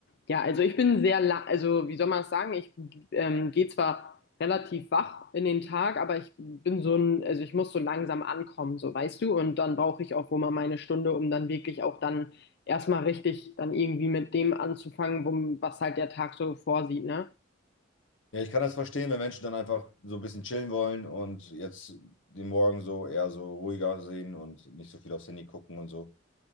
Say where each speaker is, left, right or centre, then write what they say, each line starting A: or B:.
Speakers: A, on the left; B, on the left.
A: ja, also ich bin sehr, la also wie soll man es sagen, ich ähm, gehe zwar relativ wach in den Tag, aber ich bin so ein, also ich muss so langsam ankommen, so weißt du, und dann brauche ich auch wohl mal meine Stunde, um dann wirklich auch dann erstmal richtig dann irgendwie mit dem anzufangen, wo, was halt der Tag so vorsieht, ne?
B: Ja, ich kann das verstehen, wenn Menschen dann einfach so ein bisschen chillen wollen und jetzt den Morgen so eher so ruhiger sehen und nicht so viel aufs Handy gucken und so.